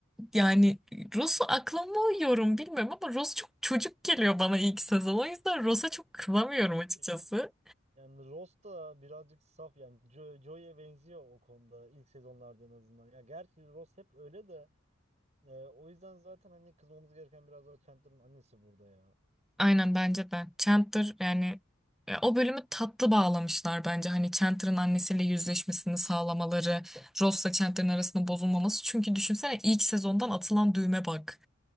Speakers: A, in the centre; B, on the right.
A: yani Ross'u akla mı yorum bilmiyorum ama Ross çok çocuk geliyor bana ilk sezon. O yüzden Ross'a
B: Heh,
A: çok kızamıyorum
B: tam onu diyecektim.
A: açıkçası.
B: Yani Ross da birazcık saf yani Jo- Joey'e benziyor o konuda ilk sezonlarda en azından. Ya gerçi Ross hep öyle de Ee, o yüzden zaten hani kızmamız gereken biraz daha Chandler'ın annesi burada ya.
A: Aynen bence de. Chandler yani e, o bölümü tatlı bağlamışlar bence. Hani Chandler'ın annesiyle yüzleşmesini sağlamaları, Ross'la Chandler'ın arasında bozulmaması. Çünkü düşünsene ilk sezondan atılan düğme bak.